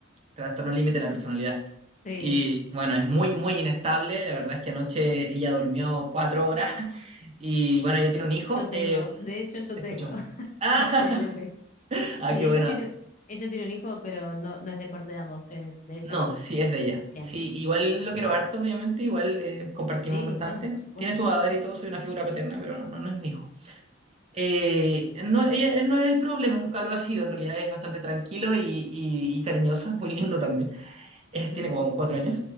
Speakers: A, on the right; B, on the left.
A: trastorno límite de la personalidad.
B: Sí,
A: Y bueno, es muy, muy inestable. La verdad es que anoche ella durmió cuatro horas <laughs> y bueno, ella tiene un hijo.
B: yo tengo,
A: Eh,
B: de hecho yo
A: te
B: tengo
A: escucho.
B: <laughs>
A: Ah,
B: TLP.
A: <laughs> ah,
B: Sí,
A: qué
B: ella
A: bueno.
B: tiene, ella tiene un hijo, pero no, no es de parte de ambos, es de ella.
A: No, sí, es de ella.
B: Bien.
A: Sí, igual lo quiero harto, obviamente, igual eh, compartimos
B: Sí,
A: bastante.
B: no, por supuesto.
A: Tiene su padre y todo, soy una figura paterna, pero no, no es mi hijo. Eh, no, ella- él no es el problema, nunca lo ha sido, en realidad es bastante tranquilo y, y y cariñoso, es muy lindo también. Eh, tiene
B: Mm,
A: como cuatro años.